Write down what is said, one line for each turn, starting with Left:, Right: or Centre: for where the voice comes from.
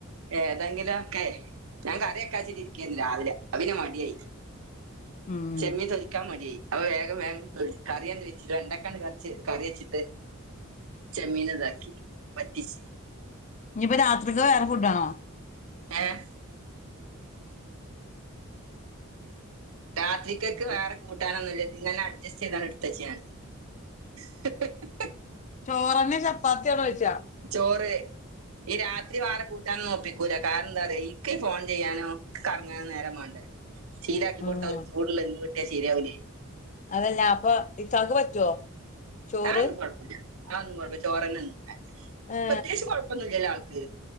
Right: ഏതെങ്കിലുക്കെ ഞാൻ കറിയൊക്കെച്ചിട്ട ഇരിക്കന്ന് രാവിലെ അപ്പൊ പിന്നെ മടിയായി
Left: ഉം
Right: ചമ്മിൻ തൊലിക്കാൻ മടിയാ അപ്പം വേഗം വേഗം കറിയ എന്ത വെച്ചിട്ട് വെണ്ടക്കാണ്ട് പറിച്ച് കറി വെച്ചിട്ട് ചമ്മീന് ഇതാക്കി പറ്റിച്ച്
Left: ഇനിയിപ്പോ രാത്രിക്ക് വേറെ ഫുഡ് ആണോ
Right: ഏഹ് രാത്രിക്കൊക്ക് വേറെ കൂട്ടാനൊന്നുല്ല ഇന്നെ അഡ്ജസ്റ്റ് ചെയ്താണ് എടുത്തുച്ച് ഞാൻ <inaudible>
Left: ചോറന്നെ ചപ്പാത്തി ആണോയ്ച്ചാ
Right: ചോറ് ഈ രാത്രി വാറെ കൂട്ട ഞാൻ നോപ്പിക്കൂല കാരണം എന്താ പറയാ ഇൻക്ക് ഫോൺ ചെയ്യാനും കറങ്ങാനും നേരം വേണ്ടേ ശീലാക്കി
Left: ഉം
Right: കൊടുത്ത അവര് ചൂടുള്ളത് കിട്ടിയ ശീരയാവില്ലേ
Left: അതല്ല അപ്പൊ ഇക്കാക്ക് പറ്റുവോ ചോറ്
Right: അതൊന്ന് കുഴപ്പുല്ല ആതോന്നും കുഴപ്പല്ല ചോറെന്ന്
Left: ഏ
Right: പ്രത്യേകിച്ച് കൊഴപ്പൊന്നുമില്ലല്ലോ ആൾക്ക്